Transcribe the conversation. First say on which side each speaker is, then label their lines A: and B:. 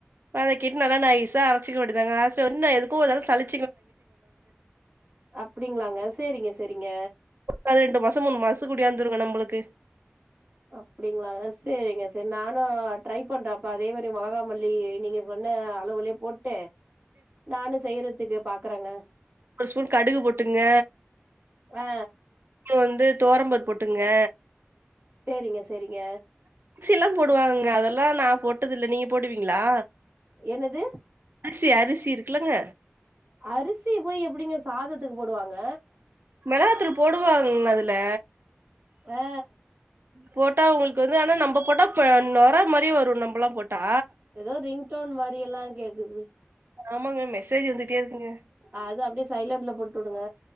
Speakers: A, on the right; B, on the right.
A: வதக்கிட்டு நல்லா நைஸா அரைச்சிக்க வேண்டியதாங்க அரைச்சுட்டு வந்து நா எதுக்கு ஒரு தடவ சலிச்சு
B: அப்படிங்களாங்க செரிங்க செரிங்க
A: அது ரெண்டு மாசோ மூணு மாசத்துக்கு கூடிவந்துருங்க நம்முளுக்கு
B: அப்படிங்களாங்க செரிங்க செரி நானு ட்ரை பண்றே அப்ப அதே மாரி மோளகா மல்லி நீங்க சொன்ன அளவுலயே போட்டு நானு செய்யிறதுக்கு பாக்குறங்க
A: ஒரு ஸ்பூன் கடுகு போட்டுங்க
B: ஆ
A: வந்து தோவரம் பருப்பு போட்டுக்குங்க
B: செரிங்க செரிங்க
A: அரிசிலா போடுவாங்க அதெல்லா நா போட்டதில்ல நீங்க போடுவீங்களா
B: என்னது
A: அரிசி அரிசி இருக்குலங்க
B: அரிசி போயி எப்பிடிங்க சாதத்துக்கு போடுவாங்க
A: மெளகாத்தூள் போடுவாங்கங்க அதுல
B: ஆ
A: போட்டா உங்களுக்கு வந்து ஆனா நம்ப போட்டா பு நோர மாரி வரு நம்ம எல்லா போட்டா
B: ஏதோ ரிங் டோன் மாரி எல்லா கேக்குது
A: ஆமாங்க மெசேஜ் வந்துட்டே இருக்குங்க
B: அது அப்படியே சைலண்டுல போட்டு விடுங்க